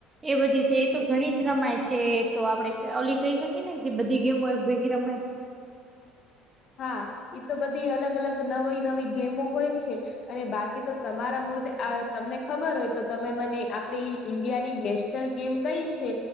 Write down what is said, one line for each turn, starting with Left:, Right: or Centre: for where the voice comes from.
Right: એ બધી છે તો ઘણી જ રમાય છે તો આપડે ઓલી કહી શકીએ ને જે બધી ગેમો એક ભેગી રમાય <unintelligible>
Left: હા તો બધી અલગ અલગ નવી નવી ગેમો હોય છે અને બાકી તો તમારા મુદ્દે તમને ખબર હોય તો તમે મને આપણે ઈન્ડિયાની નેશનલ ગેમ કઈ છે